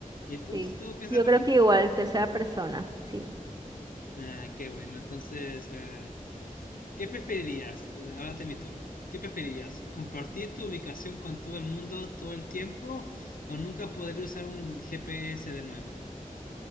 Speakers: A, on the left; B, on the right.
A: y tú?
B: sí.
A: ¿Tú piensas
B: Sí, yo
A: lo
B: creo
A: mismo?
B: que igual, tercera persona, sí.
A: Ah, qué bueno. Entonces, eh, ¿qué preferirías? Ahora es mi turno. ¿Qué preferirías? ¿Compartir tu ubicación con todo el mundo todo el tiempo o nunca poder usar un GPS de nuevo?